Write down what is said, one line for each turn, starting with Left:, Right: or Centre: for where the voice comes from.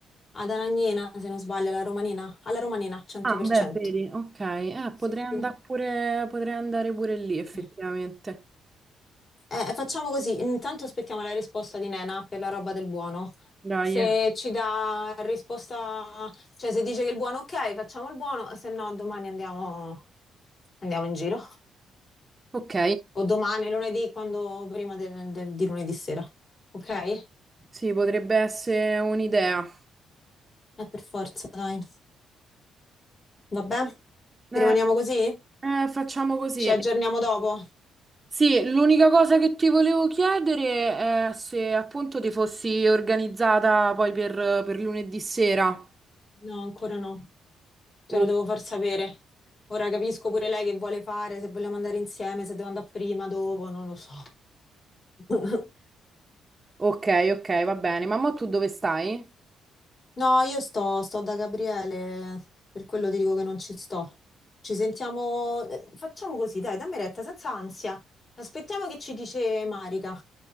Left: Anagnina, se non sbaglio, alla Romanina. Alla Romanina, 100%.
Right: Ah, beh, vedi, ok. Eh,
Left: Sì,
Right: potrei
Left: sì,
Right: andare pure, potrei andare pure lì, effettivamente.
Left: sì. Eh, facciamo così, intanto aspettiamo la risposta di Nena per la roba del buono.
Right: Dai.
Left: Se
Right: eh.
Left: ci dà risposta, cioè se dice che il buono ok, facciamo il buono, se no domani andiamo, andiamo in giro.
Right: Ok,
Left: O domani, lunedì, quando prima del- del- di lunedì sera. Ok? È
Right: sì, potrebbe essere un'idea.
Left: per forza, dai. Vabbè,
Right: Eh,
Left: rimaniamo così?
Right: eh, facciamo così.
Left: Ci aggiorniamo dopo?
Right: Sì, l'unica cosa che ti volevo chiedere è se appunto ti fossi organizzata poi per, per lunedì sera.
Left: No, ancora no. Te
Right: Ok,
Left: lo devo far sapere. Ora capisco pure lei che vuole fare, se vogliamo andare insieme, se devo andare prima, dopo, non lo so. <laughs>
Right: ok, ok, va bene. Ma mo tu dove stai?
Left: No, io sto, sto da Gabriele, per quello ti dico che non ci sto. Ci sentiamo, eh, facciamo così, dai, dammi retta, senza ansia. Aspettiamo che ci dice Marica.